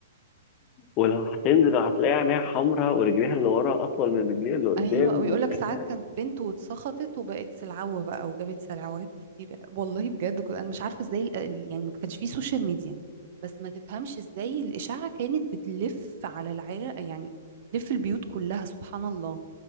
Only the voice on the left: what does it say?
ولو هتنزل هتلاقي عينيها حمراء ورجليها اللي ورا اطول من رجليها
اللي قدام
وشكلها